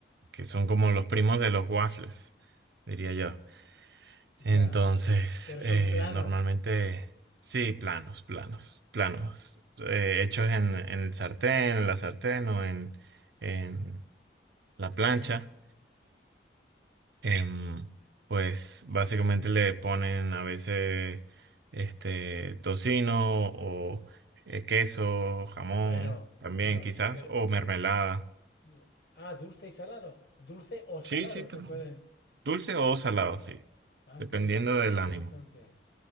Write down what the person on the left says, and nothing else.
Ya. Pero
son planos.
Ujú.
Bueno,
bueno,
pero,
pe- eh, ah, dulce y salado. Dulce o salado
se pueden.
Hostia,
inte-
interesante.